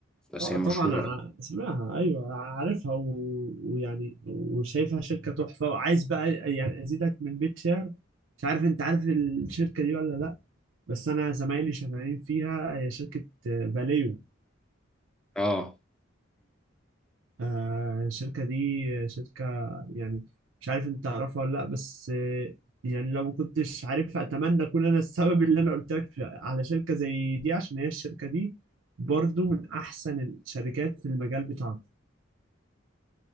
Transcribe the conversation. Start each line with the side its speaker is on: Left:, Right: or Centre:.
Centre: بس
Right: اه
Centre: هي
Right: طبعا
Centre: مشهورة
Right: ع- سمعها ايوه عارفها و... ويعني وشايفها شركه تحفه وعايز بقى يعني ازيدك من بيت شعر مش عارف انت عارف الشركه دي ولا لا بس انا زمايلي شغالين فيها هي شركه آه، فاليو
Centre: آه
Right: آه، الشركه دي آه، شركه يعني مش عارف انت تعرفها ولا لا بس آه، يعني لو ما كنتش عارفها اتمنى اكون انا السبب اللي انا قلت لك على شركه زي دي عشان هي الشركه دي برضو من احسن الشركات في المجال بتاعك